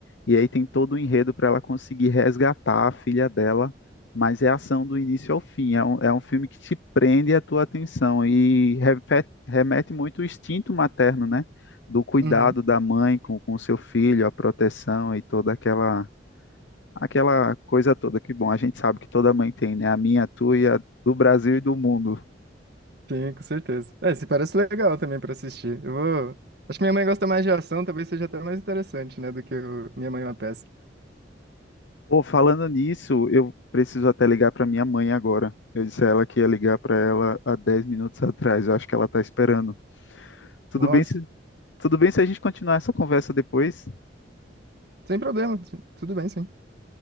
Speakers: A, on the left; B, on the right.
A: e aí tem todo um enredo para ela conseguir resgatar a filha dela, mas é ação do início ao fim, é um, é um filme que te prende a tua atenção e repete- remete muito o instinto materno, né? Do cuidado
B: Uhum.
A: da mãe com o seu filho, a proteção e toda aquela aquela coisa toda que, bom, a gente sabe que toda mãe tem, né? A minha, a tua e a do Brasil e do mundo.
B: Sim, com certeza. É, esse parece legal também pra assistir. Eu vou. Acho que minha mãe gosta mais de ação, talvez seja até mais interessante, né, do que o Minha Mãe é uma Peça.
A: Pô, falando nisso, eu preciso até ligar para minha mãe agora. Eu disse a ela que ia ligar para ela há 10 minutos atrás. Eu acho que ela tá esperando. Tudo
B: Nossa,
A: bem se, tudo bem se a gente continuar essa conversa depois?
B: sem problema, tudo bem, sim.